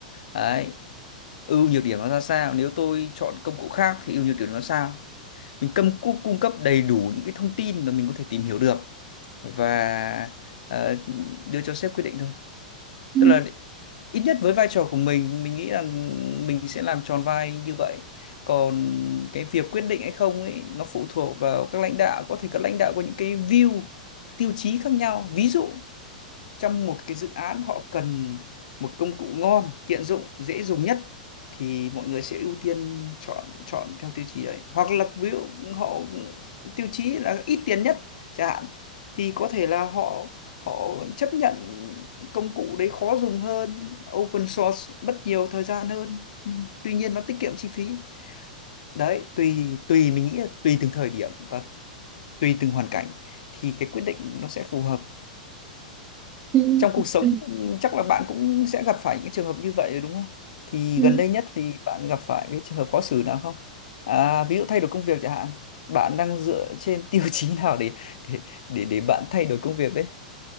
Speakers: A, on the left; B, on the right.
A: Đấy. Ưu nhược điểm nó ra sao? Nếu tôi chọn công cụ khác thì ưu nhược điểm nó ra sao? Mình cung cung cung cấp đầy đủ những cái thông tin mà mình có thể tìm hiểu được và ờ, đưa cho sếp quyết định thôi.
B: Ừ.
A: Tức là ít nhất với vai trò của mình mình nghĩ rằng mình sẽ làm tròn vai như vậy còn cái việc quyết định hay không ấy nó phụ thuộc vào các lãnh đạo có thể các lãnh đạo có những cái view tiêu chí khác nhau ví dụ trong một cái dự án họ cần một công cụ ngon, tiện dụng, dễ dùng nhất thì mọi người sẽ ưu tiên chọn chọn theo tiêu chí đấy. Hoặc là ví dụ họ tiêu chí là ít tiền nhất chẳng hạn thì có thể là họ họ chấp nhận công cụ đấy khó dùng hơn, open source mất nhiều thời gian hơn nhưng tuy nhiên nó tiết kiệm chi phí. Đấy, tùy tùy mình nghĩ là tùy từng thời điểm và tùy từng hoàn cảnh thì cái quyết định nó sẽ phù hợp
B: Ừ.
A: trong
B: Ok.
A: cuộc sống chắc là bạn cũng sẽ gặp phải những trường hợp như vậy đúng không? Thì
B: Ừ.
A: gần đây nhất thì bạn gặp phải cái trường hợp khó xử nào không? À, ví dụ thay đổi công việc chẳng hạn, bạn đang dựa trên <laughs> tiêu chí nào để để để để bạn thay đổi công việc đấy?